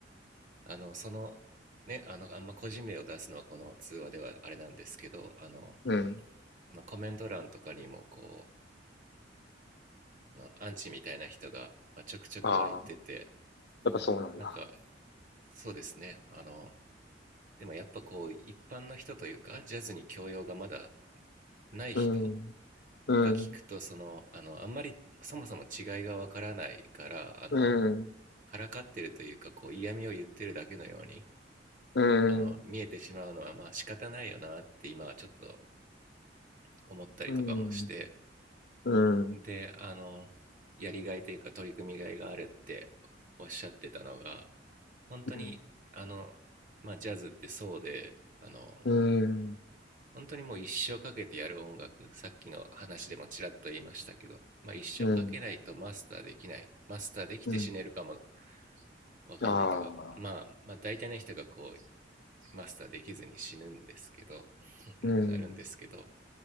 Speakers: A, on the right; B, on the left.
A: あのそのねあのあんま個人名を出すのはこの通話ではあれなんですけどあの
B: うん。
A: そのコメント欄とかにもこうあのアンチみたいな人がちょくちょく湧いてて
B: ああ、やっぱそうなんだ。
A: なんかそうですねあのでもやっぱこう一般の人というかジャズに教養がまだない人
B: うん。うん。
A: が聞くとそのあのあんまりそもそも違いがわからないからあの
B: うん。
A: からかってるというか、こう嫌味を言ってるだけのように、
B: うん。
A: あの、見えてしまうのはまあ仕方ないよなって今はちょっと思ったりとかもして、
B: うん。うん。うん。
A: で、あの、やりがいというか取り組みがいがあるっておっしゃってたのが、本当に、
B: うん。
A: あの、まあジャズってそうで、あの、
B: うん。
A: 本当にもう一生かけてやる音楽、さっきの話でもちらっと言いましたけど、まあ一生かけないとマスターできない。
B: うん。
A: マスターできて死ねるかも
B: うん。
A: わかんないというか、
B: あ
A: まあ、
B: あ。
A: まあ大体の人がこうマスターできずに死ぬんですけど <laughs> 亡くなるんですけど
B: うん。